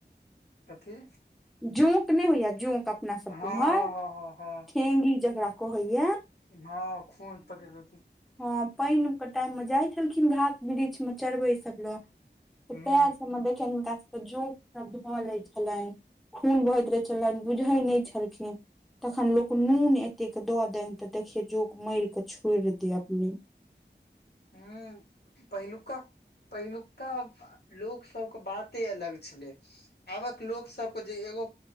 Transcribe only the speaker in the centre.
जोंक नय होइये जोंक अपना सब
के
उम्हर
ठेंगी जकरा कहैइये
हँ पानिके टाइममे जाइत छलखिन घास वृक्षमे चरबै सभ लए तऽ
प्याज सब मे देखियनि हिनका सबके जोक सब धऽ लै छलनि खून बहैत रहै छलनि बुझैय नय छलखिन तखन लोक नून एतेक दऽ देनि तऽ देखियै जोंक मार कऽ छोड़ि दे अपने